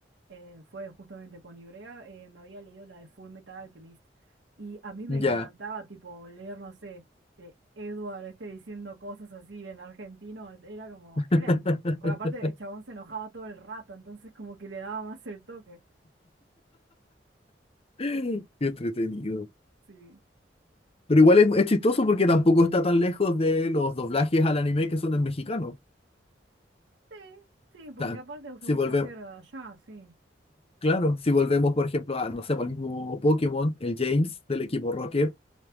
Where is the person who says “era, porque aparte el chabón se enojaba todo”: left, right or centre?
Right